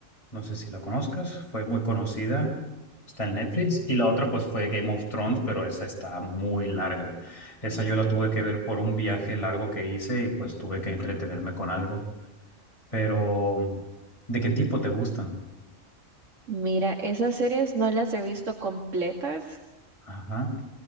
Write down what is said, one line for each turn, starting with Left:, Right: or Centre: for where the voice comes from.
Left: no sé si la conozcas, fue muy conocida, está en Netflix. Y la otra pues fue Game of Thrones, pero esa está muy larga. Esa yo la tuve que ver por un viaje largo que hice y pues tuve que entretenerme con algo. pero ¿de qué tipo te gustan?
Right: Mira, esas series no las he visto completas,
Left: Ajá,